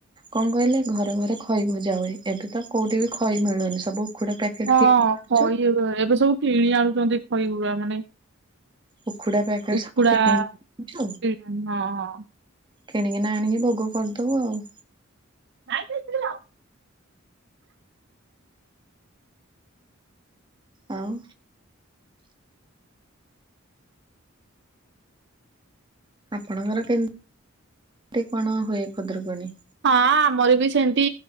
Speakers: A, on the right; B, on the right.
A: କଣ କହିଲେ ଘରେ ଘରେ ଖଇ ଭଜା ହୁଏ ଏବେ ତ କୋଉଠି ବି ଖଇ ମିଳୁନି ସବୁ ଉଖୁଡା ପ୍ୟାକେଟ
B: ହଁ
A: କିଣିକି ଆଣୁଛୁ।
B: ଖଇ ଏବେ ସବୁ କିଣି ଆଣୁଛନ୍ତି ଖଇଗୁର ମାନେ
A: ଉଖୁଡା ପ୍ୟାକେଟ
B: ଉଖୁଡା
A: ସବୁ କିଣିକି
B: ହଁ ହଁ।
A: କିଣିକି ନା ଆଣିକି ଭୋଗ କରିଦବୁ ଆଉ
B: ହଁ। ହଁ
A: ଆଉ ଆପଣଙ୍କର କେମି ମିତି କଣ ହୁଏ ଖୁଦୁରୁକୁଣୀ?
B: ହଁ ଆମର ବି ସେମିତି